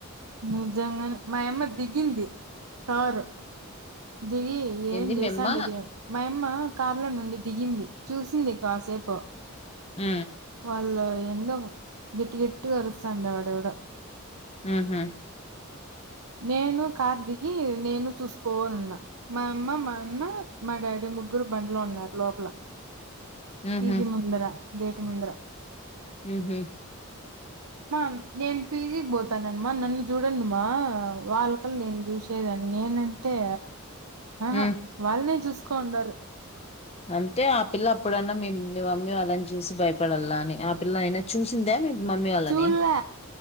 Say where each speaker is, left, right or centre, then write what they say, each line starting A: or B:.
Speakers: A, on the right; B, on the left.
A: నిజంగానే మాయమ్మ దిగింది కార్ దిగి ఏం
B: ఏంది
A: చేసాండిది
B: మేమ్మ
A: మాయమ్మ కార్ల నుండి దిగింది చూసింది కాసేపు
B: హు
A: అళ్ళో ఎందో గట్టిగట్టిగరుస్తాడే వాడెవడో
B: అహ
A: నేను కార్ దిగి నేను చూసుకోవాలన్నా మా అమ్మ మా అన్న మా డాడీ ముగ్గురు బండ్లో ఉన్నారు లోపల
B: ఉహు
A: పీజీ ముందర గేట్ ముందర
B: ఉహు
A: మా నేను పీజీకి పోతాననమ్మ నన్ను చూడండిమా వాళ్ళకేల్ ఏందీ చూసేదాన్ని నేనంటే ఆహ
B: ఉమ్
A: వాళ్ళనే చూస్ కొండరు
B: అంతే ఆ పిల్ల అప్పుడన్నా మేము మీ మమ్మీ అళ్ళని చూసి భయపడాళ్ళ అని ఆ పిల్ల అయినా చూసింద మీ మమ్మీ వాళ్ళని
A: చూడలే